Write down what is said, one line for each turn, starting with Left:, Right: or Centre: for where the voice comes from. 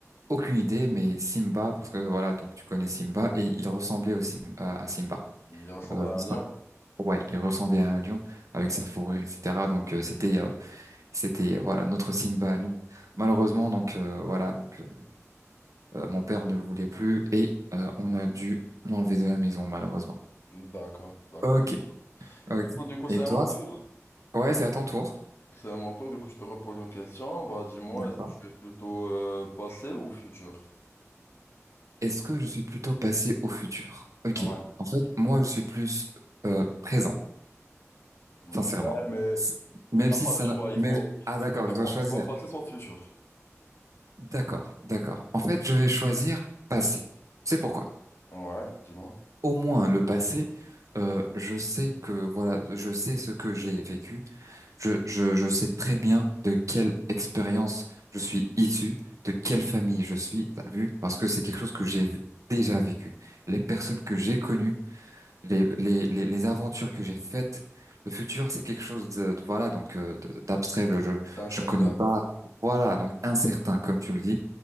Right: Aucune idée, mais Simba, parce que voilà, donc tu connais Simba, et il ressemblait au Sim- à à Simba.
Left: Il ressemble
Right: Euh,
Left: à un lion.
Right: ouais, il ressemblait à un lion avec sa fourrure, etc. Donc euh, c'était, euh, c'était euh, voilà notre Simba à nous.
Left: Je
Right: Malheureusement, donc euh, voilà, donc, euh, euh, mon père ne le voulait plus et euh, on a dû l'enlever de la maison, malheureusement.
Left: D'accord, d'accord.
Right: Ok, ok.
Left: Du coup, du coup,
Right: Et
Left: c'est
Right: toi?
Left: à mon tour.
Right: c- Ouais, c'est à ton tour.
Left: C'est à mon tour. Du coup, je te repose une question. Bah, dis-moi,
Right: D'accord.
Left: est-ce que tu es plutôt euh, passé ou futur?
Right: Est-ce que je suis plutôt passé au futur? Ok.
Left: Ouais.
Right: En fait, moi, je suis plus euh, présent.
Left: Mm,
Right: sincèrement.
Left: Ouais, mais
Right: Même
Left: Mais t'as
Right: si
Left: pas
Right: ça...
Left: le choix,
Right: n'a-
Left: il
Right: Mais...
Left: faut,
Right: Ah d'accord,
Left: il faut répondre
Right: je dois choisir.
Left: soit passé, soit futur.
Right: D'accord, d'accord. En fait, je vais choisir passé. C'est pourquoi.
Left: Ouais, dis-moi.
Right: Au moins le passé, euh, je sais que voilà, je sais ce que j'ai vécu. Je, je, je sais très bien de quelle expérience je suis issu, de quelle famille je suis. T'as vu? Parce que c'est quelque chose que j'ai v- déjà vécu. Les personnes que j'ai connues les, les, les, les aventures que j'ai faites. Le futur, c'est quelque chose de, de- voilà, donc euh, de- d'abstrait. Je
Left: D'un
Right: je
Left: certain,
Right: connais pas. Voilà, donc incertain, comme tu le dis.